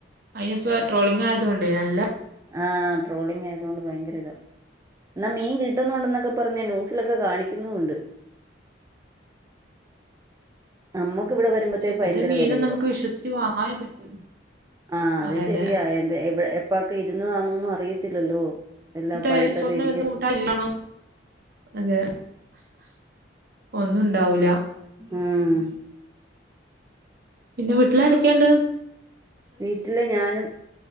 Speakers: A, on the right; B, on the right.
A: അതിനിപ്പോ ട്രോളിങ് ആയതുകൊണ്ടേ നല്ല-
B: ആഹ ട്രോളിങ് ആയത്കൊണ്ട് ഭയങ്കര ഇതാ എന്നാ മീൻ കിട്ടുന്നുണ്ടെന്നൊക്കെ പറഞ്ഞ് ന്യൂസിലൊക്കെ കാണിക്കുന്നുണ്ട് നമ്മക്ക് ഇവിടെ വരുമ്പോത്തേക്ക്
A: പക്ഷെ ഇപ്പത്തെ
B: ഭയങ്കര
A: മീനും
B: വെലയുവ
A: നമുക്ക് വിശ്വസിച്ച് വാങ്ങാനും പറ്റൂല.
B: ആ അത്
A: അതെ അതെ
B: ശരിയ എന്താ എപ്പക്കെ ഇരുന്നതാന്ന് ഒന്നും അറിയത്തില്ലല്ലോ എല്ലാം
A: ട്ട
B: പഴുത്തൊക്കെ
A: സ്വർണ്ണ
B: ഇരിക്കുന്നു
A: വന്ത <unintelligible> ഊട്ട ഇല്ലാണോ അതെ <inaudible> ഒന്നും ഉണ്ടാവൂല
B: ആഹ്
A: പിന്നെ വീട്ട്ലാരൊക്കേണ്ട്
B: വീട്ട്ല് ഞാനും